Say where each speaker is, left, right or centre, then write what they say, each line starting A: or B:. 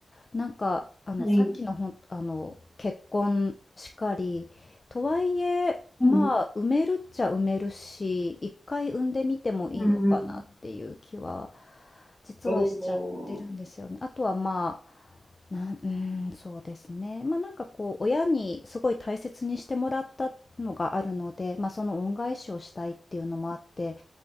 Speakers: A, on the left; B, on the left.
A: なんかあの、
B: はい。
A: さっきのほんあの、結婚しかり、とはいえ、
B: うん。
A: まあ、産めるっちゃ産めるし、1回産んでみてもいいのかなっていう気は、
B: うん。
A: 実はしちゃってるんですよね。
B: おー。
A: あとはまあ、なんうーん、そうですね。ま、あなんかこう親にすごい大切にしてもらったのがあるので、ま、あその恩返しをしたいっていうのもあって、